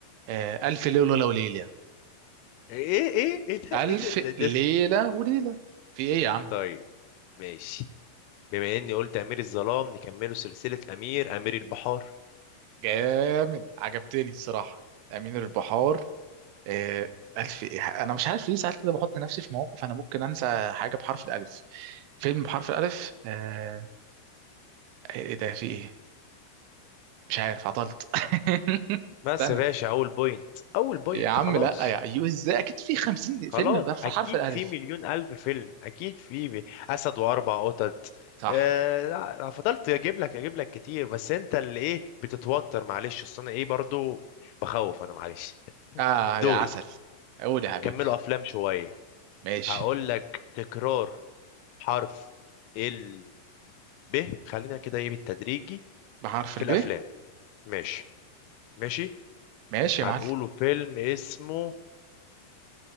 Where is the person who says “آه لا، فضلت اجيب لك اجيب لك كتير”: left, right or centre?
Left